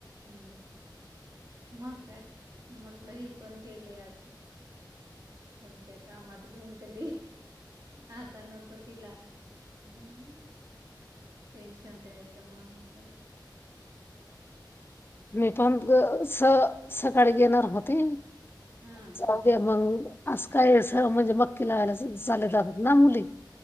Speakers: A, on the right; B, on the left.
A: हम्म मग काय म्हटल ही पण गेली आता. कोणत्या कामात गुंतली आता न कोतीला ह. टेन्शन द्यायचं म्हणून काही.
B: मी पण प स सकाळी घेणार होते.
A: हा
B: जावूदे म्हणून आसंकाय अस म्हणजे मख्खी लागाल्या सारख चालत जातात ना मुली